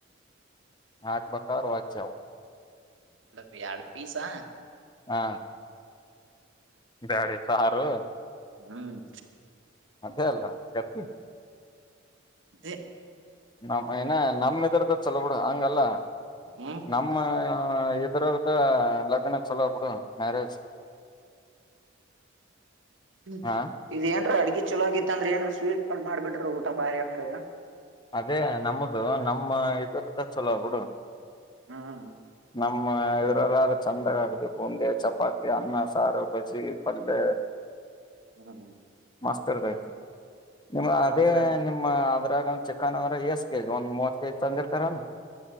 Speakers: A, on the left; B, on the right.
A: ಹಾಕ ಬಕಾರವತ್ತು ಜಾವ
B: ಅ ಆಡ್ ಪೀಸಾ
A: ಹಾ ಬಡಿ ಸಾರು
B: ಹ್ಮ್
A: ಅದೇ ಅಲ್ಲ ಇಕ್ಕತಿ
B: ದ
A: ನ ಏನ ನಮ್ ಇದ್ರದ ಚಲ ಬಿಡ ಹ ಚಲ
B: ಹ್ಮ್
A: ನಮ್ಮ ಎ ತರಥ ಲಗ್ನ ಛಲೋ ಬೀಡು ಮ್ಯಾರೇಜ್
B: ಹ್ಮ್
A: ಹಾ
B: ಇದೇನು ಅಡಗೆ ಚಲಗತ್ತಂದ್ರ ಏನ್ ಸ್ವೀಟ್ ಪಟ್ ಊಟ ಬಾರಿ ಹತರಾ
A: ಅದೇ ನಮ್ಮದು ನಮ್ಮ ಇದ್ರದ ಚಲೋ ಬಿುಡು
B: ಹ್ಮ್
A: ನಮ್ಮ ಇದ್ರಲ್ಲಾರು ಚಂದಾಗ ಆಗದೆ ಬೂಂಡಿ ಚಪಾತಿ ಅನ್ನ ಸಾರು ಬಜ್ಜಿ ಪಲ್ಯ
B: ಹ್ಮ್
A: ಮಾಸ್ತರ್ ರತ ನಿಮ್ಮ ಅದೇ
B: ಆದ್ರ
A: ನಿಮ್ಮ ಅದ್ರ ಚಿಕ್ಕನ್ ಅಂದ್ರ ಎಷ್ಟ ಕೆಜ್ ಒಂದ್ ಮೂವತ್ ಕೆಜಿ ತಂದಿರ್ತಾರಾನ